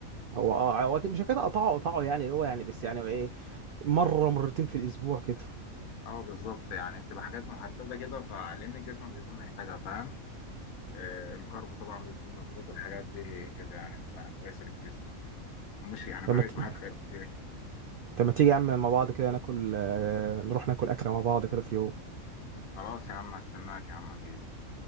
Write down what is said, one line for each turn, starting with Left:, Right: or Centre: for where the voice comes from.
Right: هو اه هو أكيد مش كده اقطعه اقطعه يعني اللي هو يعني بس يعني ايه مره مرتين في الاسبوع كده
Left: اه بالظبط يعني بتبقى حاجات محدده كده فلان الجسم بيكون محتاجها فاهم آه الكارب طبعا بيكون مظبوط والحاجات دي كده يعني بتبقى كويسه للجسم مش يعني
Right: لما
Left: فرقت
Right: ت...
Left: معايا في حاجات كتير
Right: لما تيجي يا عم مع بعض كده ناكل آه، نروح ناكل اكله مع بعض كده في يوم
Left: خلاص يا عم استناك يا عم اكيد